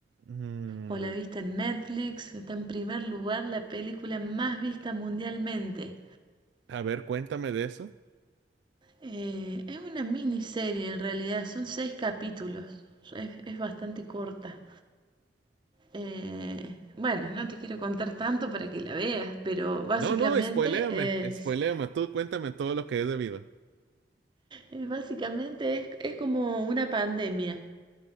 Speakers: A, on the right; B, on the right.
A: Mm,
B: o la viste en Netflix, está en primer lugar la película más vista mundialmente.
A: a ver, cuéntame de eso.
B: Eh, es una miniserie en realidad, son seis capítulos, es, es bastante corta. Eh, bueno, no te quiero contar tanto para que la veas, pero básicamente
A: No, no, spoiléame,
B: es,
A: spoiléame. Tú cuéntame todo lo que es debido.
B: eh, básicamente es es como una pandemia.